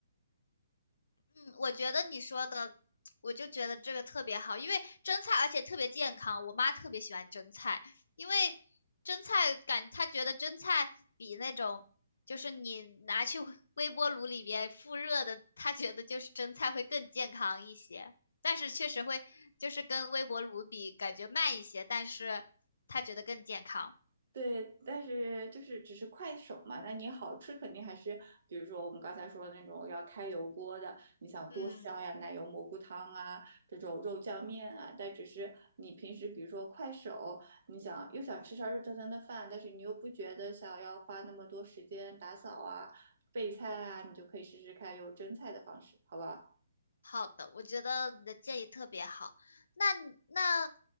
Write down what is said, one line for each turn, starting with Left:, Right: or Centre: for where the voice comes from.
Left: 嗯，我觉得你说的，我就觉得这个特别好，因为蒸菜而且特别健康。我妈特别喜欢蒸菜，因为蒸菜感她觉得蒸菜比那种就是你拿去微微波炉里边复热的，她觉得就是蒸菜会更健康一些。但是确实会就是跟微波炉比，感觉慢一些，但是她觉得更健康。
Right: 对，但是就是只是快手嘛，那你好吃肯定还是，比如说我们刚才说的那种要开油锅的，你想多香呀，
Left: 嗯，
Right: 奶油蘑菇汤啊，这种肉酱面啊，但只是你平时比如说快手，你想又想吃上热腾腾的饭，但是你又不觉得想要花那么多时间打扫啊、备菜啊，你就可以试试看用蒸菜的方式，好不好？
Left: 好的，我觉得你的建议特别好。那你那，